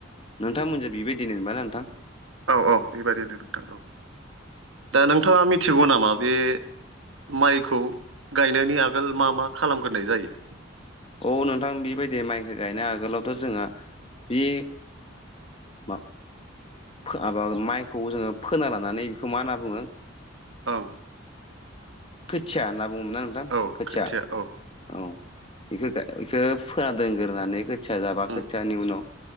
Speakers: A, on the left (about 30°); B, on the right (about 70°).
A: नोंथांमोनजों बेबायदिनो मोनबा नोंथां
B: औ औ बेबायदिनो नोंथां औ। दा नोंथाङा मिथिगौ नामा बे माइखौ गायनायनि आगोल मा मा खालामग्रोनाय जायो?
A: औ नोंथां बेबायदि माइखौ गायनो आगोलावथ' जोंहा बि मा माबा माइखौ जोङो फोना लानानै बेखौ मा होनना बुङो
B: औ
A: खोथिया होनना बुङोमोनना नोंथां
B: औ
A: खोथिया
B: औ
A: औ इखो गाय इखो फोना दोनग्रोनानै खोथिया जाबा
B: उम
A: खोथियानि उनाव